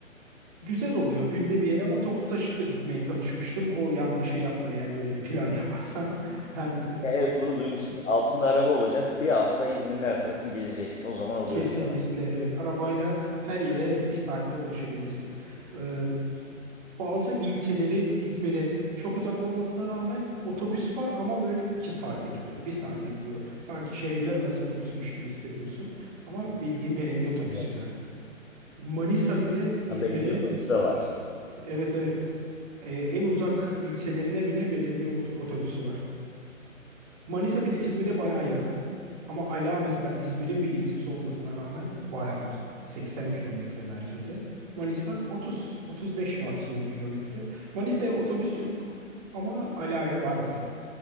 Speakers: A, on the right (about 30°); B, on the left (about 65°).
A: Güzel oluyor günde bir yere ama toplu taşıtla gitmeye çalışmıştım. O yanlışı yapma eğer böyle bir plan yaparsan. <laughs> Hem
B: Ya evet onu duymuştum. Altında araba olacak. Bir hafta İzmir'in her tarafını gezeceksin. O zaman
A: e,
B: oluyor
A: kesinlikle
B: diyorlar.
A: evet arabayla her yere bir saatte ulaşabilirsin. Ee, bazı ilçeleri İzmir'e çok uzak olmasına rağmen otobüs var ama böyle iki saate gidiyor, bir saate gidiyor. Sanki şehirler arası otobüsmüş gibi hissediyorsun. Ama bildiğin belediye otobüsü
B: Evet.
A: yani. Manisa bile
B: Ha
A: İzmir'e
B: belediye otobüsü de var.
A: Evet evet. Ee, en uzak ilçelerine bile belediye ot- otobüsü var. Manisa bile İzmir'e bayağı yakın. Ama Ala mesela İzmir'in bir ilçesi olmasına rağmen bayağı uzakta. 80 kilometre merkeze. Manisa 30, 35 maksimum kilometre. Manisa'ya otobüs yok ama Ala'ya var mesela.